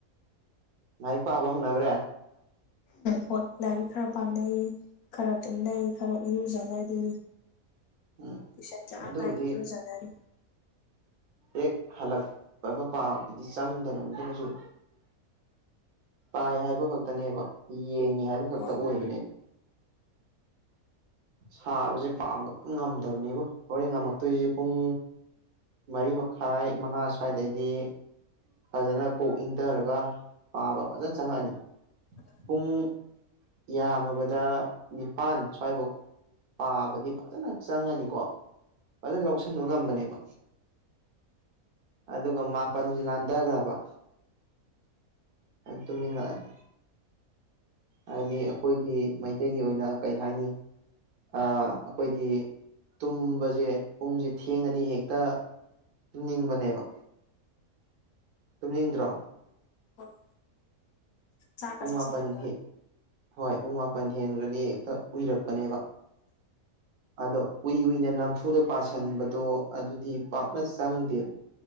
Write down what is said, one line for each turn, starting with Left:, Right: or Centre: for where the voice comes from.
Right: ꯂꯥꯏꯔꯤꯛ ꯄꯥꯕ ꯍꯧꯅꯈ꯭ꯔꯦ
Left: ꯍ‌ꯣꯏ ꯂꯥꯏꯔꯤꯛ ꯈꯔ ꯄꯅꯩ ꯈꯔ ꯇꯨꯝꯅꯩ ꯈꯔ ꯏꯔꯨꯖꯅꯔꯤ
Right: ꯎꯝ
Left: ꯇꯨꯏꯁꯟ ꯆꯠꯂꯝꯗꯥꯏꯒꯤ
Right: ꯑꯗꯨꯕꯨꯗꯤ
Left: ꯏꯔꯨꯖꯅꯔꯤ
Right: ꯍꯦꯛ ꯍꯜꯂꯛꯄꯒ ꯄꯥꯕꯗꯨꯗꯤ ꯆꯪꯗꯕꯅꯤꯗ ꯀꯩꯁꯨ ꯄꯥꯏ ꯍꯥꯏꯕ ꯈꯛꯇꯅꯦꯕ ꯌꯦꯡꯉꯤ ꯍꯥꯏꯕ ꯈꯛꯇ
Left: ꯍꯣꯏ
Right: ꯑꯣꯏꯕꯅꯦ ꯁꯥꯕꯁꯦ ꯄꯥꯕ ꯉꯝꯗꯕꯅꯦꯕꯨ ꯍꯣꯔꯦꯟ ꯉꯝꯃꯛꯇꯣꯏꯁꯦ ꯄꯨꯡ ꯃꯔꯤ ꯃꯈꯥꯏ ꯃꯉꯥ ꯁꯋꯥꯏꯗꯩꯗꯤ ꯐꯖꯅ ꯀꯣꯛ ꯏꯪꯊꯔꯒ ꯄꯥꯕ ꯐꯖꯅ ꯆꯪꯉꯛꯑꯅꯤ
Left: ꯍ
Right: ꯄꯨꯡ ꯌꯥꯝꯃꯕꯗ ꯅꯤꯄꯥꯟ ꯁ꯭ꯋꯥꯏꯐꯧ ꯄꯥꯕꯗꯤ ꯐꯖꯅ ꯆꯪꯉꯅꯤꯀꯣ ꯐꯖꯅ ꯂꯧꯁꯤꯟꯕ ꯉꯝꯕꯅꯦꯕ ꯑꯗꯨꯒ ꯃꯥꯄꯟꯁꯤ ꯂꯥꯟꯊꯈ꯭ꯔꯕ ꯇꯨꯝꯅꯤꯡꯉꯛꯑꯅꯤ ꯍꯥꯏꯗꯤ ꯑꯩꯈꯣꯏꯒꯤ ꯃꯩꯇꯩꯒꯤ ꯑꯣꯏꯅ ꯀꯩ ꯍꯥꯏꯅꯤ ꯑꯩꯈꯣꯏꯗꯤ ꯇꯨꯝꯕꯁꯦ ꯄꯨꯡꯁꯦ ꯊꯦꯡꯉꯗꯤ ꯍꯦꯛꯇ ꯇꯅꯤꯡꯕꯅꯦꯕ ꯇꯨꯝꯅꯤꯡꯗ꯭ꯔꯣ
Left: ꯍꯣꯏ ꯆꯥꯛꯀ
Right: ꯄꯨꯡ
Left: ꯆꯥꯁꯤꯜꯂꯒ
Right: ꯃꯥꯄꯟ ꯍ ꯍꯣꯏ ꯄꯨꯡ ꯃꯥꯄꯜ ꯍꯦꯟꯈ꯭ꯔꯗꯤ ꯍꯦꯛꯇ ꯎꯏꯔꯛꯄꯅꯦꯕ ꯑꯗꯣ ꯎꯏ ꯎꯨꯏꯅ ꯅꯝꯐꯨꯗ ꯄꯁꯤꯟꯕꯗꯣ ꯑꯗꯨꯗꯤ ꯄꯥꯛꯅ ꯆꯪꯗꯦ